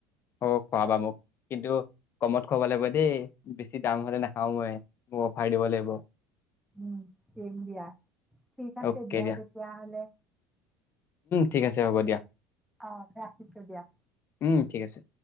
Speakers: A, on the left (about 40°); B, in the centre.
A: অ খোৱাবা মোক কিন্তু কমত খোৱাব লাগিব? দেই বেছি দাম হ'লে নাখাওঁ মই মোক অফাৰ দিব লাগিব
B: উম, দিম দিয়া। ঠিক আছে
A: অ'কে দিয়া
B: তেতিয়াহ'লে।
A: ঠিক আছে হ'ব দিয়া?
B: অ ৰাখিছো দিয়া?
A: উম ঠিক আছে?